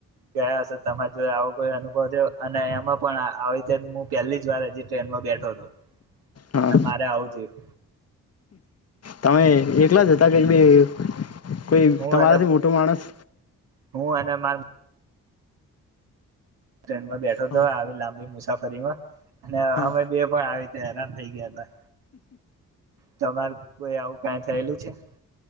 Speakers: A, on the right; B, on the left.
A: ગયા હશે તમે જો આવું કોઈ અનુભવ થયો અને એમાં પણ આહ આવીતે મુહ પહેલી જ વારે જે ટ્રેનમાં બેઠો તો
B: હા
A: અને મારે આવું થયું.
B: તમે એકલા જ જતા જઈભી કોઈ
A: હું
B: તમારાથી
A: અને
B: મોટો માણસ
A: હું એને માન ટ્રેનમાં બેઠો
B: હા
A: તોય આવી લાંબી મુસાફ કરીમાં અને
B: હા
A: અમે બે પણ આવી તે હેરાન થઈ ગયા હતા. તમાર કોઈ આવું કાઈ થયેલું છે?